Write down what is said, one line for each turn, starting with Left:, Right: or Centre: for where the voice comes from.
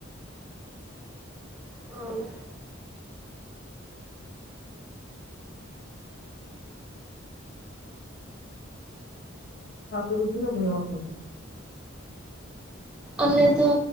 Centre: ᱦᱚᱭ
Left: ᱛᱯᱮ ᱫᱚ ᱛᱤᱱᱟᱹᱜ ᱵᱚᱭᱦᱟᱜ ᱯᱮ?
Centre: ᱟᱞᱮ ᱫᱚ